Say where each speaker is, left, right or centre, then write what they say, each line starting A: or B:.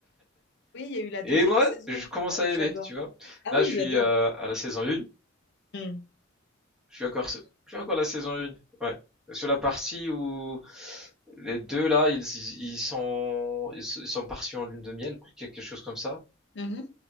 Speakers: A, on the left; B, in the centre.
A: Oui, il y a eu la deuxième
B: Et moi,
A: saison.
B: je commence
A: Ouais,
B: à
A: j'adore.
B: aimer, tu vois.
A: Ah
B: Là,
A: oui,
B: je suis
A: j'adore.
B: euh, à la saison 1.
A: Hmm.
B: Je suis encore, je suis encore à la saison 1. Ouais. Sur la partie où les deux là, ils, ils sont, ils sont partis en lune de miel, quelque chose comme ça.
A: Mhm.